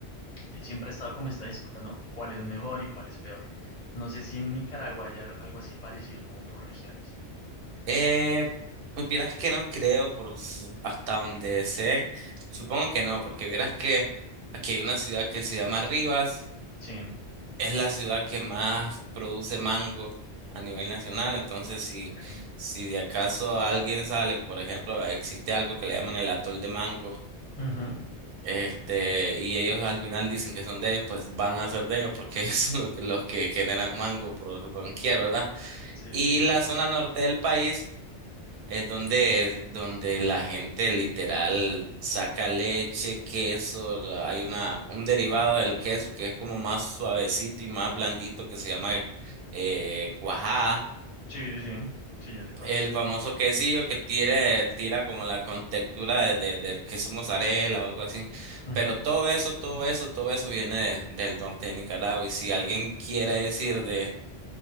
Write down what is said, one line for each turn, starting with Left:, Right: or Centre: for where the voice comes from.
Left: Entonces siempre ha estado como esta disputa, ¿no? ¿Cuál es mejor y cuál es peor? No sé si en Nicaragua hay algo así parecido como por regiones.
Right: Eh, pues vieras que no creo, por su- hasta donde sé, supongo que no, porque vieras que aquí hay una ciudad que se llama Rivas,
Left: Sí,
Right: es la ciudad que más produce mango a nivel nacional, entonces si,
Left: ok.
Right: si de acaso alguien sale, por ejemplo, existe algo que le llaman el atol de mango,
Left: Ujú.
Right: este, y ellos al final dicen que son de ellos, pues van a ser de ellos, porque <laughs> ellos son los que, los que generan mango por doquier, ¿verdad?
Left: Sí,
Right: Y
Left: sí, sí.
Right: la zona norte del país. Es donde, donde la gente literal saca leche, queso, la- hay una, un derivado del queso que es como más suavecito y más blandito que se llama eh, cuajada.
Left: Sí, sí, sí. Sí, ya sé cuál
Right: El
Left: es.
Right: famoso quesillo que tira, tira como la contextura de, de- del queso mozzarella o algo así.
Left: Ujú.
Right: Pero todo eso, todo eso, todo eso viene de- del norte de Nicaragua. Y si alguien quiere decir de,